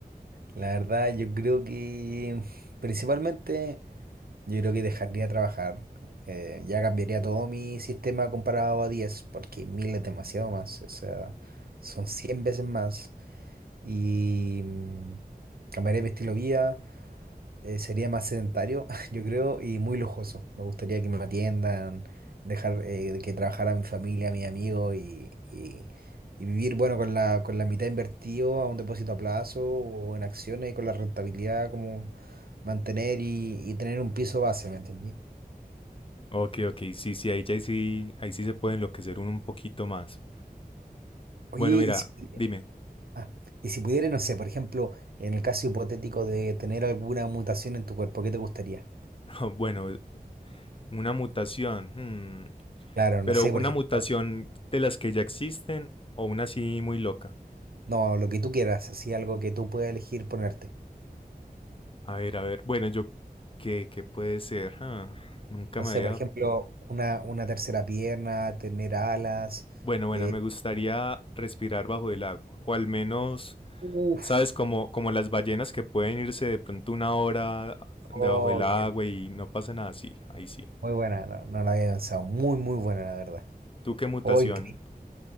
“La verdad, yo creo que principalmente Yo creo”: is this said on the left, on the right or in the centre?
Right